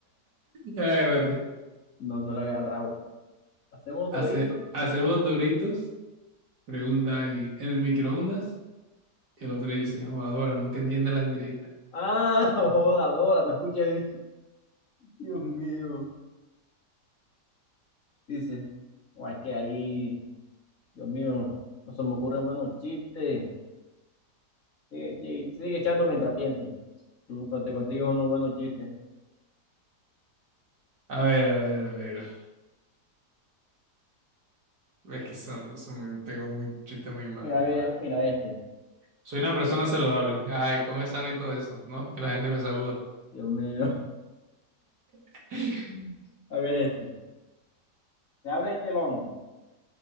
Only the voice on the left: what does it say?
No, no lo he agarrado. Hacemos
Doritos.
Ah, <laughs> joda, Dora, no escuché. <laughs> Dios mío. Dice, no, es que ahí, Dios mío, no se me ocurren buenos chistes. Sigue, sigue, sigue echando mientras pienso. Tú te consigues unos buenos chistes.
Mira, a ver,
mira este.
Dios mío.
<laughs> A ver este. Se abre el telón.